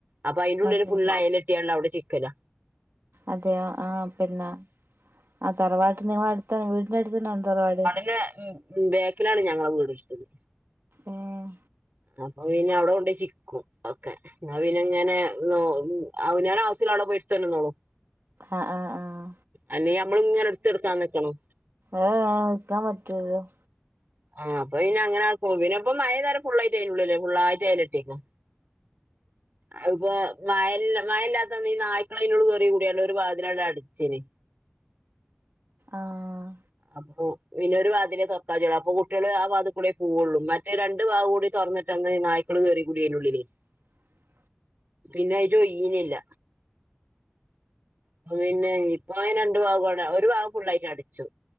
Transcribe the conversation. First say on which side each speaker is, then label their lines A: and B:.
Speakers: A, on the right (about 50°); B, on the right (about 75°).
A: അപ്പൊ അതിന്റെ ഉള്ളില്
B: അതെ
A: ഫുള് അയല് കെട്ടിയണ്ട് അവിടെ ചിക്കല
B: അതെയോ, ആഹ് പിന്നെ ആ തറവാട്ട് നിങ്ങള അടുത്തന്നെ വീടിന്റെ അടുത്ത തന്നാണോ തറവാട്
A: <unintelligible> മം ബേക്കിലാണ് ഞങ്ങള വീട് ഇടാത്തത്.
B: ഏഹ്
A: അപ്പൊ പിന്നെ അവിടെ കൊണ്ട്പോയി ചിക്കും ഒക്കെ ന്നാ പിന്നെങ്ങനെ നോ അവനാൻ ആവശ്യല്ലത് അവിടെ പോയിട്ടു ഇടത്ത് കൊണ്ടന്നോളും
B: ആഹ് ആഹ് ആഹ്
A: അല്ലെ ഞമ്മള് ഇങ്ങനെ എടുത്ത് കൊടുക്കാൻ നിക്കണം
B: ഏഹ് നിക്കാൻ പറ്റുവോ അത്
A: ആ അപ്പൊ പിന്നെ അങ്ങനെ ആക്കും. പിന്നെപ്പം മഴപെയ്തരെ ഫുള്ളായിട്ട് അതിനലുള്ള് ഫുള്ളായിട്ട് അയല് കെട്ടിക്കും അത് ഇപ്പൊ മഴ, മഴ ഇല്ലാത്തന്ന് ഈ നായ്ക്കള് അതിന്റെഉള്ളിൽ കേറി കൂടിയാണ്ട് ഒരു വാതിലണ്ട് അടച്ചിനി
B: ആഹ്
A: അപ്പൊ പിന്നൊരു വാതിലെ തൊർക്കാൻ കജ്ജോള്ളു. ഇപ്പൊ കുട്ടിയള് ആ വാത്ക്കൂടെ പോവള്ളു. മറ്റെ രണ്ട് ഭാഗം കൂടി തൊറന്നിട്ടന്ന് നായ്ക്കള് കേറിക്കൂടി അതിന്റുള്ളിൽ.
B: <inaudible>
A: പിന്നെ അയ്റ്റ ഒയ്യ്ണില്ല. അപ്പൊ പിന്നെ ഇപ്പ രണ്ടു ഭാഗം, ഒരു ഭാഗം ഫുള്ളായിട്ട് അടച്ചു.